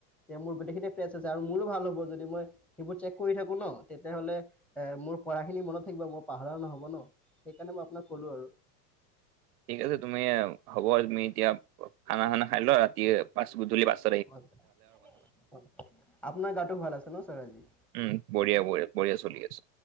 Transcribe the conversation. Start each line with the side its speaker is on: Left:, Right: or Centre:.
Centre: যে মোৰ গোটেইখিনি ফ্ৰেছ আছে আৰু মোৰো ভাল হ'ব যদি মই সেইবোৰ চেক কৰি থাকো। ন তেতিয়া হ'লে এ মোৰ পঢ়া খিনি মনত থাকিব মই পাহৰা নহ'ব ন। সেইকাৰণে মই আপোনাক ক'লো আৰু
Right: ঠিক আছে, তুমি হ'ব তুমি এতিয়া খানা খানা খাই লোৱা ৰাতি পাচ গুধূলি পাছ।
Centre: আপোনাৰ গাটো ভাল আছে ন ছাৰ আজি।
Right: উম, বঢ়িয়া, বঢ়িয়া, বঢ়িয়া চলি আছে।